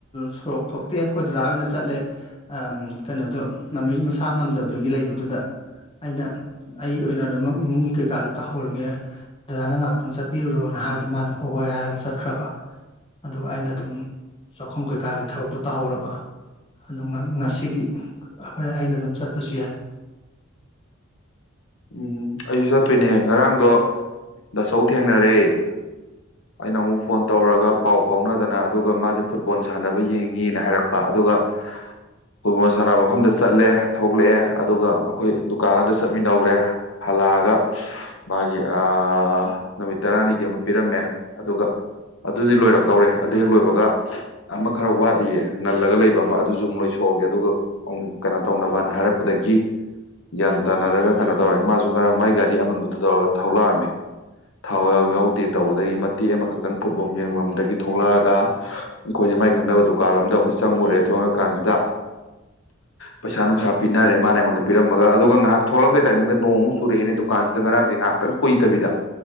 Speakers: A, on the left; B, on the left.
A: ꯁꯣꯔꯣꯛ ꯊꯣꯛꯇꯦ ꯑꯩꯈꯣꯏ ꯗꯗꯥ ꯑꯣꯏꯅ ꯆꯠꯂꯦ ꯀꯩꯅꯣꯗꯣ ꯃꯃꯤꯁꯨ ꯃꯁꯥ ꯉꯝꯗꯕꯒꯤ ꯂꯩꯕꯗꯨꯗ ꯑꯩꯅ ꯑꯩ ꯑꯣꯏꯅ ꯂꯣꯏꯅꯃꯛ ꯏꯃꯨꯡꯒꯤ ꯀꯩꯀꯥꯗ ꯇꯥꯍꯧꯔꯒꯦ ꯗꯗꯥꯅ ꯉꯥꯏꯍꯥꯛꯇꯪ ꯆꯠꯄꯤꯔꯨꯔꯣꯅ ꯍꯥꯏꯕꯗ ꯃꯥꯅ ꯍꯣꯏ ꯍꯣꯏ ꯍꯥꯏꯔꯒ ꯆꯠ ꯈ꯭ꯔꯕ ꯑꯗꯨꯒ ꯑꯩꯅ ꯑꯗꯨꯝ ꯆꯥꯛꯈꯨꯝ ꯀꯩꯀꯥꯒꯤ ꯊꯕꯛꯇꯣ ꯇꯥꯍꯧꯔꯕ ꯑꯗꯨ ꯉꯁꯤꯗꯤ ꯍꯣꯔꯦꯟ ꯑꯩꯅ ꯑꯗꯨꯝ ꯆꯠꯄꯁꯨ ꯌꯥꯏ
B: ꯎꯝꯝ ꯑꯩꯁꯨ ꯆꯠꯇꯣꯏꯅꯦ ꯉꯔꯥꯡꯗꯣ ꯍꯥꯆꯧ ꯊꯦꯡꯅꯔꯦ ꯑꯩꯅ ꯑꯃꯨꯛ ꯐꯣꯟ ꯇꯧꯔꯒ ꯄꯥꯎ ꯐꯥꯎꯅꯗꯅ ꯑꯗꯨꯒ ꯃꯥꯁꯦ ꯐꯨꯠꯕꯣꯜ ꯁꯥꯟꯅꯕ ꯌꯦꯡꯉꯤꯅ ꯍꯥꯏꯔꯛꯄ ꯑꯗꯨꯒ ꯐꯨꯠꯕꯣꯜ ꯁꯥꯟꯅꯕ ꯃꯐꯝꯗ ꯆꯠꯂꯦ ꯊꯣꯛꯂꯛꯑꯦ ꯑꯗꯨꯒ ꯑꯩꯈꯣꯏ ꯗꯨꯀꯥꯟ ꯑꯃꯗ ꯆꯠꯃꯤꯟꯔꯨꯔꯦ ꯍꯜꯂꯛꯑꯒ ꯃꯥꯒꯤ ꯑ ꯑ ꯑ ꯑ ꯅꯨꯃꯤꯠ ꯇꯔꯥꯅꯤꯒꯤ ꯑꯃ ꯄꯤꯔꯝꯃꯦ ꯑꯗꯨꯒ ꯑꯗꯨꯗꯤ ꯂꯣꯏꯔꯛꯇꯧꯔꯦ ꯑꯗꯨ ꯍꯦꯛ ꯂꯣꯏꯕꯒ ꯑꯃ ꯈꯔ ꯋꯥꯠꯂꯤꯌꯦ ꯅꯜꯂꯒ ꯂꯩꯕ ꯑꯃ ꯑꯗꯨꯁꯨ ꯑꯃꯨꯛ ꯂꯣꯏꯊꯣꯛꯑꯒꯦ ꯑꯗꯨꯒ ꯑꯃꯨꯛ ꯀꯩꯅꯣ ꯇꯧꯅꯕꯅ ꯍꯥꯏꯔꯛꯄꯗꯒꯤ ꯒ꯭ꯌꯥꯟ ꯇꯥꯅꯔꯒ ꯀꯩꯅꯣ ꯃꯥꯁꯨ ꯉꯔꯥꯡ ꯃꯥꯏ ꯒꯥꯔꯤ ꯑꯃꯟꯕꯗꯨ ꯇꯧꯔꯒ ꯊꯣꯛ ꯂꯛꯑꯝꯃꯦ ꯊꯥꯎ ꯌꯥꯎ ꯌꯥꯎꯗꯦ ꯇꯧꯕꯗꯒꯤ ꯃꯇꯦꯛ ꯑꯃꯈꯛꯇ ꯐꯨꯠꯕꯣꯝ ꯌꯦꯡꯐꯝꯗꯒꯤ ꯊꯣꯛꯂꯛꯑꯒ ꯑꯩꯈꯣꯏꯁꯦ ꯃꯥꯏ ꯈꯪꯗꯅꯕ ꯗꯨꯀꯥꯟ ꯑ ꯑꯃꯗ ꯑꯩꯈꯣꯏ ꯆꯪꯉꯨꯔꯦ ꯊꯣꯛꯉꯀꯥꯟꯁꯤꯗ ꯄꯩꯁꯥ ꯅꯨꯡꯁꯥ ꯄꯤꯅꯔꯦ ꯃꯥꯅ ꯑꯩꯉꯣꯟꯗ ꯄꯤꯔꯝꯃꯒ ꯑꯗꯨꯒ ꯉꯥꯏꯍꯥꯛ ꯊꯣꯛꯂꯝ ꯇꯥꯏꯃꯤꯡꯗ ꯅꯣꯡꯃꯨꯛ ꯆꯨꯔꯛꯑꯦꯅꯦ ꯗꯨꯀꯥꯟꯁꯤꯗ ꯉꯔꯥꯡꯁꯦ ꯉꯥꯏꯍꯥꯛꯇꯪ ꯀꯨꯏꯗꯕꯤꯗ